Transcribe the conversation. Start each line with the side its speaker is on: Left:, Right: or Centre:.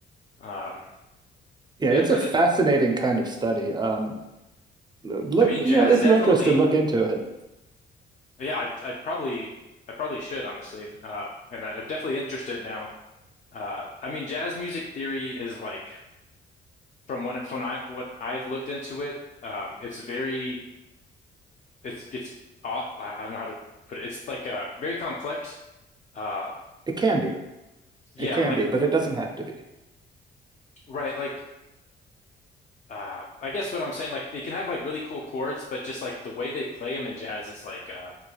Left: Um,
Right: Yeah,
Left: yeah,
Right: it's
Left: for
Right: a fascinating
Left: the
Right: kind of study. Um, look,
Left: I mean,
Right: you
Left: jazz
Right: know, if
Left: definitely.
Right: you're interested, look into it.
Left: Yeah, I, I probably, I probably should honestly. Uh, and I, I'm definitely interested now. Uh, I mean, jazz music theory is like from when from I what I've looked into it. Um, it's very, it's it's aw- I don't know how to put it. It's like uh very complex. Uh,
Right: It can be.
Left: yeah,
Right: It can
Left: like
Right: be, but it doesn't have to be
Left: right, like uh, I guess what I'm saying, like they can have like really cool chords, but just like the way they play them in jazz is like uh,